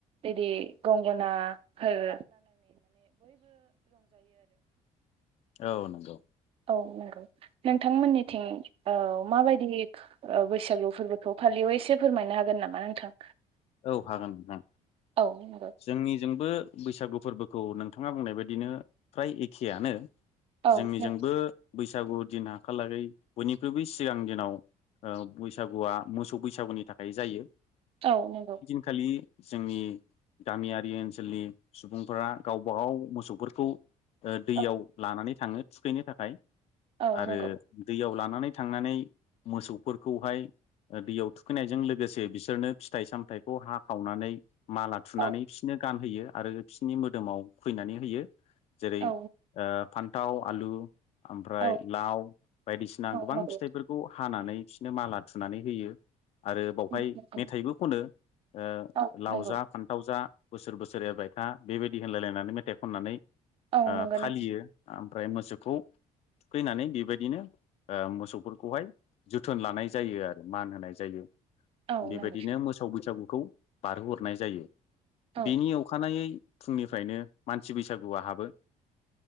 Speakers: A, on the right; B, on the left.
A: बिदि गंगनाफोर
B: औ नंगौ
A: औ नंगौ नोंथांमोननिथिं औ माबायदि बैसागु फोरबोखौ फालियो एसे फोरमायनो हागोन नामा नोंथां
B: औ हागोन नोंथां
A: औ नंगौ
B: जोंनिजोंबो बैसागु फोरबोखौ नोंथाङा बुंनाय बायदिनो फ्राय एखेयानो
A: औ
B: जोंनिजोंबो
A: नों
B: बैसागु दिन हा खालागै बयनिख्रुइबो सिगां दिनाव ओ बैसागुआ मोसौ बैसागुनि थाखाय जायो
A: औ नंगौ
B: खालि जोंनि गामियारि ओनसोलनि सुबुंफोरा गावबा गाव मोसौफोरखौ ओ दैयाव
A: औ
B: लानानै थांङो थुखैनो थाखाय
A: औ
B: आरो
A: नंगौ
B: दैयाव लानानै लानानै थांनानै मोसौफोरखौहाय ओ दैयाव थुखैनायजों लोगोसे बिसोरनो फिथाइ सामथाइ खौ हाखावनानै माला थुनानै
A: औ
B: बिसोरनो गानहोयो आरो बिसोरनि मोदोमाव खैनानै होयो जेरै ओ
A: औ
B: फान्थाव आलु ओमफ्राय
A: औ
B: लाव बायदिसिना
A: औ
B: गोबां
A: नंगौ
B: फिथाइफोरखौ हानानै बिसोरनो माला थुनानै होयो आरो बावहाय
A: नंगौ
B: मेथाइबो खनो ओ
A: औ
B: लाव
A: नंगौ
B: जा फान्थाव जा बोसोर बोसोर एरबाय था बेबायदि होनलायलायनानै मेथाइ खननानै
A: औ
B: ओ
A: नंगौ
B: फालियो
A: नोंथां
B: ओमफ्राय मोसौखौ फैनानै बेबायदिनो ओ मोसौफोरखौहाय जोथोन लानाय जायो आरो मान होनाय जायो
A: औ
B: बेबायदिनो
A: नंगौ
B: मोसौ बैसागुखौ बारहोहरनाय जायो
A: औ
B: बेनि अखानायै फुंनिफ्रायनो मानसि बैसागुआ हाबो